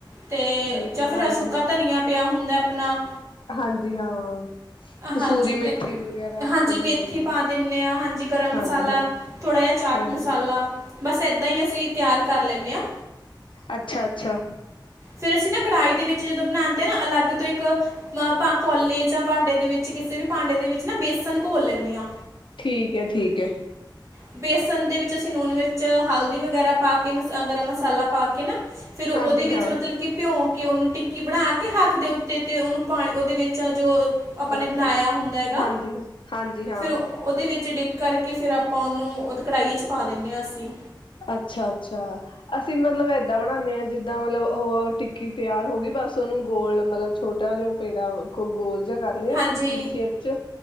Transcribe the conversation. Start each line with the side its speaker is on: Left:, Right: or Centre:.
Right: ਤੇ
Left: ਠੀਕ
Right: ਜਾਂ
Left: ਹੈ
Right: ਫਿਰ
Left: ਹਾਂਜੀ
Right: ਸੁੱਕਾ
Left: ਹਾਂ
Right: ਧਨੀਆ ਪਿਆ ਹੁੰਦਾ ਆਪਣਾ
Left: ਹਾਂਜੀ ਹਾਂ ਕਸੂਰੀ
Right: ਹਾਂਜੀ
Left: ਮੇਥੀ
Right: ਤੇ
Left: ਵਗੈਰਾ
Right: ਹਾਂਜੀ
Left: ਪਈ
Right: ਮੇਥੀ
Left: ਹੁੰਦੀ ਨੇ
Right: ਪਾ ਦਿੰਦੇ ਹਾਂ ਹਾਂਜੀ ਗਰਮ ਮਸਾਲਾ
Left: ਹਾਂਜੀ ਹਾਂ
Right: ਥੋੜ੍ਹਾ ਜਿਹਾ ਚਾਟ
Left: ਹਾਂਜੀ
Right: ਮਸਾਲਾ ਬਸ ਏਦਾਂ ਹੀ ਅਸੀਂ ਤਿਆਰ ਕਰ ਲੈਂਦੇ ਆਾਂ।
Left: ਅੱਛਾ, ਅੱਛਾ।
Right: ਫਿਰ ਅਸੀਂ ਨਾ ਕੜਾਹੀ ਦੇ ਵਿੱਚ ਜਦੋਂ ਬਣਾਉਦੇ ਆ ਨਾ ਅਲੱਗ ਤੋਂ ਇੱਕ ਕੋਲੇ ਜਾਂ ਭਾਂਡੇ ਦੇ ਵਿੱਚ ਕਿਸੇ ਵੀ ਭਾਂਡੇ ਦੇ ਵਿੱਚ ਨਾ ਬੇਸਨ ਘੋਲ ਲੈਂਦੇ ਆ
Left: ਠੀਕ ਹੈ, ਠੀਕ ਹੈ।
Right: <unintelligible> ਸਨ ਦੇ ਵਿੱਚ ਅਸੀਂ ਨੂਣ ਮਿਰ ਹਲਦੀ ਵਗੈਰਾ ਪਾ ਕੇ ਮਸ ਗਰਮ ਮਸਾਲਾ ਪਾ ਕੇ ਨਾ ਫੇਿਰ ਉਹਦੇ
Left: ਹਾਂਜੀ
Right: ਵਿੱਚ
Left: ਹਾਂ
Right: ਮਤਲਬ ਕਿ ਭਿਉ ਕੇ ਉਹਨੂੰ ਟਿੱ ਕਿ ਬਣਾ ਕੇ ਹੱਥ ਦੇ ਉੱਤੇ ਅਤੇ ਉਹਨੂੰ ਪਾਣੀ ਉਹਦੇ ਵਿੱਚ ਜੋ ਆਪਾਂ
Left: ਟਿਪ
Right: ਨੇ ਬਣਾਇਆ
Left: ਕਰਕੇ
Right: ਹੁੰਦਾ ਹੈਗਾ
Left: ਹਾਂਜੀ ਹਾਂਜੀ ਹਾਂ
Right: ਫਿਰ ਉਹਦੇ ਵਿੱਚ ਡਿਪ ਕਰਕੇ ਫਿਰ ਆਪਾਂ ਉਹਨੂੰ ਉਹ ਕੜਾਹੀ ਚ ਪਾ ਦਿੰਦੇ ਹਾਂ ਅਸੀਂ
Left: ਅੱਛਾ, ਅੱਛਾ ਅਸੀਂ ਮਤਲਬ ਏਦਾਂ ਬਣਾਉਦੇ ਹਾਂ ਜਿੱਦਾਂ ਮਤਲਬ ਉਹ ਟਿੱਕੀ ਤਿਆਰ ਹੋ ਗਈ ਬਸ ਉਹਨੂੰ ਗੋਲ ਮਤਲਬ ਛੋਟਾ ਜਿਹਾ ਪੇੜਾ ਗੋਲ ਗੋਆ ਕਰ ਲਿਆ
Right: ਹਾਂਜੀ
Left: ਟਿੱਕੀ ਦੀ ਸ਼ੇਪ ਚ